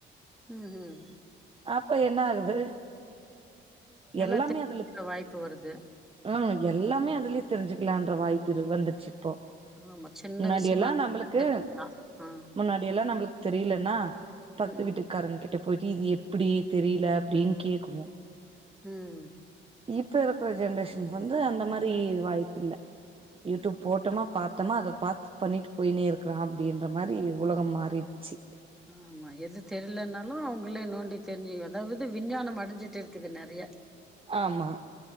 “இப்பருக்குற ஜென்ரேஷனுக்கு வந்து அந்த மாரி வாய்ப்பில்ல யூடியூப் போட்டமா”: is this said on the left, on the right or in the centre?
Right